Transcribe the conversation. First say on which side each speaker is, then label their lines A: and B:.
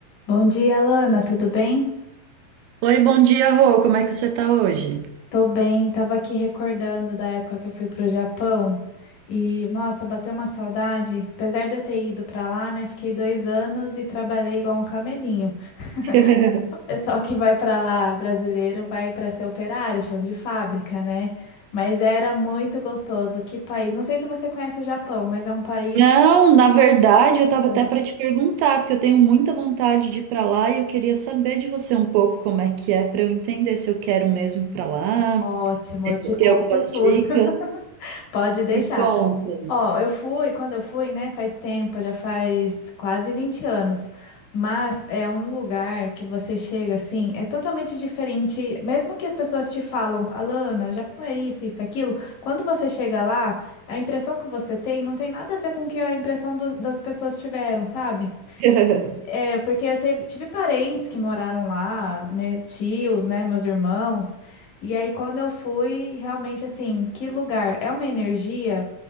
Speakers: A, on the left (about 65°); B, on the right (about 80°).
A: Bom dia, Lana, tudo bem?
B: Oi, bom dia, Rô. Como é que você tá hoje?
A: Tô bem, tava aqui recordando da época que eu fui pro Japão e, nossa, bateu uma saudade. Apesar de eu ter ido pra lá, né, fiquei dois anos e trabalhei igual um camelinho. <laughs>
B: <laughs>
A: O pessoal que vai pra lá, brasileiro, vai pra ser operário, chão de fábrica, né? Mas era muito gostoso. Que país? Não sei se você conhece o Japão, mas é um país
B: Não,
A: que-
B: na verdade, eu estava
A: é
B: até para te perguntar, porque eu tenho muita vontade de ir para lá e eu queria saber de você um pouco como é que é para eu entender se eu quero mesmo ir para lá,
A: ótimo, eu te conto
B: ter algumas
A: tudo.
B: dicas.
A: <laughs> Pode deixar.
B: Me conta.
A: Ó, eu fui, quando eu fui, né, faz tempo, já faz quase 20 anos, mas é um lugar que você chega assim, é totalmente diferente, mesmo que as pessoas te falam, Alana, Japão é isso, isso, e aquilo, quando você chega lá, a impressão que você tem não tem nada a ver com o que a impressão dos- das pessoas tiveram, sabe?
B: <laughs>
A: É, porque eu teve- tive parentes que moraram lá, me- tios, né, meus irmãos. E aí, quando eu fui, realmente, assim, que lugar? É uma energia,